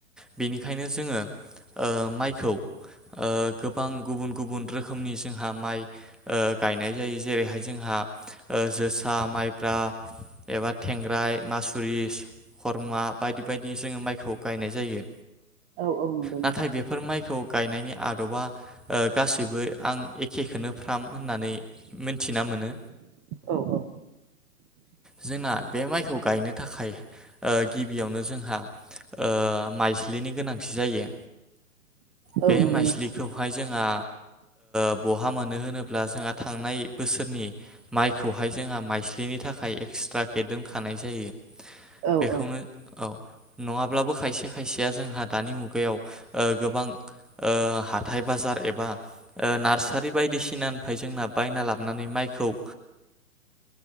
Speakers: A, in the centre; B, on the right.
A: बेनिखायनो जोङो ओ माइखौ ओ गोबां गुबुन गुबुन रोखोमनि जोंहा माइ ओ गायनो गनाय जायो जेरैहाय जोंहा जोसा माइब्रा एबा थेंग्राय मासुरिस। हरमा बायदि बायदि जोङो माइखौ गायनाय जायो
B: औ औ नंगौ नोंथां
A: नाथाय बेफोर माइखौ गायनायनि आदबा। ओ गासैबो आं एखेखौनो फ्राम होन मिथिना मोनो
B: औ औ
A: जोंना बे माइखौ गायनो। थाखाय ओ गिबियावनो जोंहा ओ माइज्लिनि गोनांथि जायो।
B: औ
A: बे
B: नंगौ
A: माइस्लिखौहाय
B: नोंथां
A: जोंहा ओ। ब'हा मोनो होनोब्ला जोंहा थांनाय बोसोरनि माइखौहाय जोंहा माइस्लिनि थाखाय एक्सट्राके दोनखानाय जायो।
B: औ
A: बेखौनो
B: औ
A: औ। नङाब्लाबो खायसे खायसेया जोंहा दानि मुगायाव ओ गोबां ओ हाथाय बाजार एबा नार्सारि बायदिसिनानिफ्राय जोंना। बायना लाबोनानै माइखौ ओ